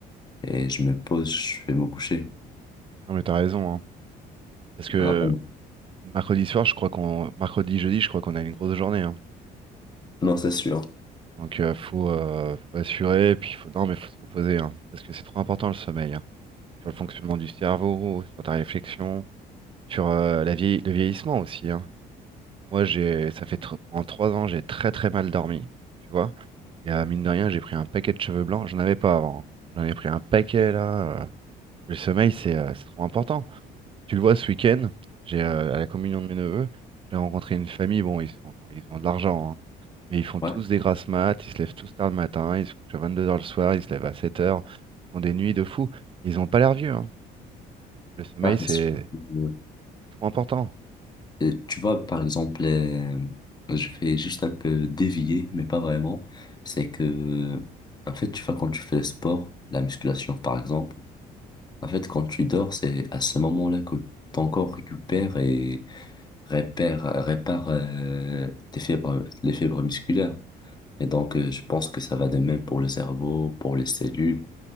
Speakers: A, on the left; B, on the right.
A: Et je me pose, je vais me coucher.
B: Non, mais t'as raison. hein. Parce que
A: Ah, bon.
B: mercredi soir, je crois qu'on. Mercredi, jeudi, je crois qu'on a une grosse journée. hein.
A: Non, c'est sûr.
B: Donc, euh, faut, euh, faut assurer. Puis, faut... non, mais faut se reposer. hein. Parce que c'est trop important le sommeil. hein. Sur le fonctionnement du cerveau, sur ta réflexion. sur euh, la vieille- le vieillissement aussi, hein. Moi, j'ai, ça fait tr- en trois ans, j'ai très très mal dormi, tu vois. Et euh, mine de rien, j'ai pris un paquet de cheveux blancs. J'en avais pas avant. hein. J'en ai pris un paquet là. euh. Le sommeil, c'est euh, c'est trop important. Tu le vois ce week-end, j'ai euh, à la communion de mes neveux, j'ai rencontré une famille. Bon, ils sont, ils ont de l'argent, hein. Mais ils font
A: Ouais.
B: tous des grasses mat, ils se lèvent tous tard le matin, ils se couchent à vingt-deux heures le soir, ils se lèvent à sept heures ils font des nuits de fou. Ils ont pas l'air vieux, hein. Le sommeil,
A: Ah,
B: c'est
A: c'est sûr.
B: c'est trop important.
A: Euh, Tu vois, par exemple, euh, je vais juste un peu dévier, mais pas vraiment. C'est que, en fait, tu vois, quand tu fais le sport, la musculation, par exemple, en fait, quand tu dors, c'est à ce moment-là que ton corps récupère et répare, répare euh, tes fibres, les fibres musculaires. Et donc, euh, je pense que ça va de même pour le cerveau, pour les cellules.